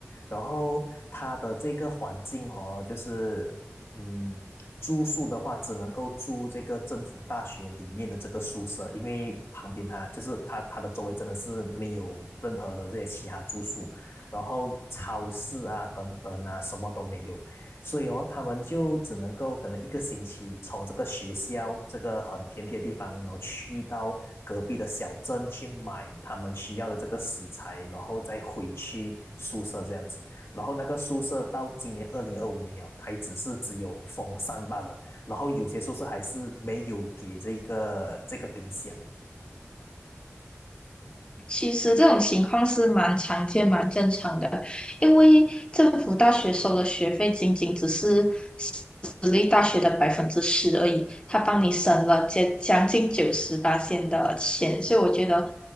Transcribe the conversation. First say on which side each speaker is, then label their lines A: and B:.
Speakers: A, on the left (about 60°); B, on the left (about 20°).
A: 然后他的这个环境哦，就是嗯，住宿的话，只能够住这个政府大学里面的这个宿舍，因为旁边它就是它它的周围真的是没有任何的这些其他住宿，然后超市啊等等啊什么都没有，所以哦，他们就只能够可能一个星期从这个学校这个很偏僻的地方，然后去到隔壁的小镇去买他们需要的这个食材，然后再回去宿舍这样子。然后那个宿舍到今年二零二五年了，它只是只有风扇罢了，然后有些宿舍还是没有给这个这个冰箱的。
B: 其实这种情况是蛮常见、蛮正常的，因为政府大学收的学费仅仅只是私立大学的百分之十而已，他帮你省了将将近九十八线的钱，所以我觉得，